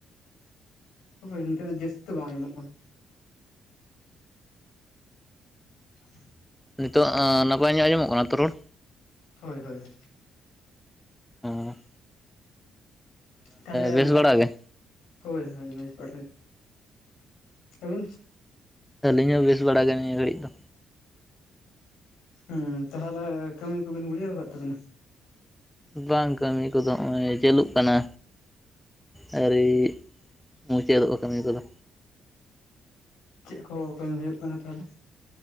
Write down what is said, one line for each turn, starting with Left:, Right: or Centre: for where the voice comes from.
Left: ᱦᱳᱭ ᱱᱤᱛᱚᱜ ᱫᱚ ᱡᱟᱹᱥ ᱫᱚ ᱵᱟᱝ ᱟᱸᱢᱚᱢᱚᱜ ᱠᱟᱱᱟ᱾ <inaudible>
Centre: ᱱᱤᱛᱚᱜ ᱱᱟᱯᱟᱭ ᱧᱚᱜ ᱟᱸᱡᱚᱢᱚᱜ ᱠᱟᱱᱟ ᱛᱚ ᱨᱚᱲ?
Left: ᱦᱳᱭᱼᱦᱳᱭᱼᱦᱳᱭ
Centre: ᱳᱸ
Left: ᱛᱟᱦᱚᱞᱮ
Centre: ᱵᱮᱥ ᱵᱟᱲᱟ ᱜᱮ
Left: ᱦᱳᱭ ᱦᱳᱭ ᱵᱮᱥ ᱵᱟᱲᱟ ᱜᱮ᱾ ᱟᱵᱤᱱ?
Centre: ᱟᱹᱞᱤᱧ ᱦᱚᱸ ᱵᱮᱥ ᱵᱟᱲᱟ ᱜᱮ ᱱᱤᱭᱟᱹ ᱜᱷᱟᱹᱲᱤᱡ ᱫᱚ᱾
Left: ᱩᱸ ᱛᱟᱦᱚᱞᱮ ᱠᱟᱹᱢᱤ ᱠᱚ ᱵᱤᱱ ᱜᱩᱲᱤᱭᱟᱹᱣ ᱠᱟᱫ ᱛᱟᱹᱵᱤᱱᱟ?
Centre: ᱵᱟᱝ ᱠᱟᱹᱢᱤ ᱠᱚᱫᱚ ᱱᱚᱜ-ᱚᱭ ᱪᱟᱹᱞᱩᱜ ᱠᱟᱱᱟ᱾ ᱟᱹᱣᱨᱤ ᱢᱩᱪᱟᱹᱫᱚᱜ-ᱟ ᱠᱟᱹᱢᱤ ᱠᱚᱫᱚ,
Left: ᱪᱮᱫ ᱠᱚ ᱠᱟᱹᱢᱤ ᱦᱩᱭᱩᱜ ᱠᱟᱱᱟ ᱛᱟᱦᱚᱞᱮ?